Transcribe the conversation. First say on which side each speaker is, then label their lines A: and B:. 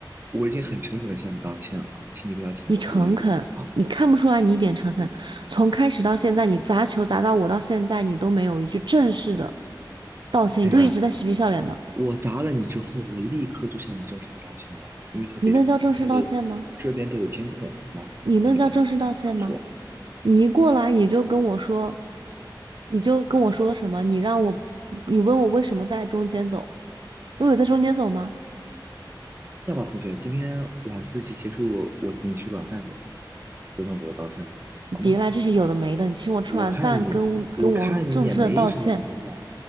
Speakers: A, on the right; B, on the right.
A: 我已经很诚恳的向你道歉了，请你不要强词夺理了好吗？
B: 你诚恳，你看不出来你一点诚恳。从开始到现在，你砸球砸到我到现在，你都没有一句正式的道歉，
A: 同学，
B: 你都一直在嬉皮笑脸的。
A: 我砸了你之后，我立刻就向你正式的道歉了。你可别，
B: 你那叫正式道歉吗？
A: 这边都这边都有监控，好吗？
B: 你那叫正式道歉吗？
A: 你可别瞎说。
B: 你一过来你就跟我说，你就跟我说了什么？你让我，你问我为什么在中间走？我有在中间走吗？
A: 这样吧，同学，今天晚自习结束，我请你吃晚饭怎样？就算做我道歉了，好吗？
B: 你别来这些有的没的，你请我吃完饭，
A: 我看你，
B: 跟跟我正式的道歉，
A: 我看你也没什么疼的。